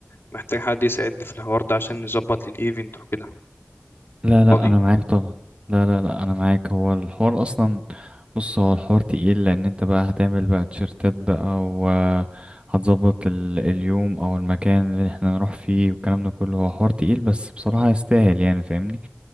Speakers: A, on the left; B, on the right.
A: محتاج حد يساعدني في الحوار ده عشان نظبط للإيفنت وكده
B: لا لا
A: فاضي؟
B: انا معاك طبعا لا لا لا انا معاك هو الحوار اصلا بص هو الحوار تقيل لان انت بقى هتعمل بقى تيشرتات بقى وهتظبط ال- اليوم او المكان اللي احنا نروح فيه والكلام ده كله هو حوار تقيل بس بصراحة يستاهل يعني فاهمني